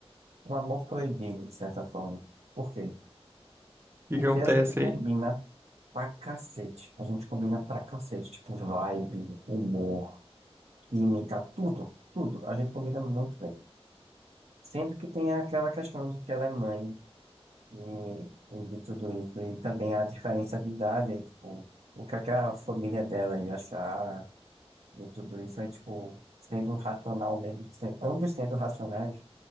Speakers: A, on the right; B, on the right.
A: um amor proibido, de certa forma. Por quê?
B: que
A: Porque
B: que acontece
A: a gente combina
B: aí?
A: pra cacete. A gente combina pra cacete, tipo, vibe, humor, química, tudo, tudo. A gente combina muito bem. Sendo que tem aquela questão de que ela é mãe e, e de tudo isso, e também a diferença de idade, é, tipo, o que é que a família dela ia achar de tudo isso, é tipo, sendo um racional mesmo, se- ambos sendo racionais,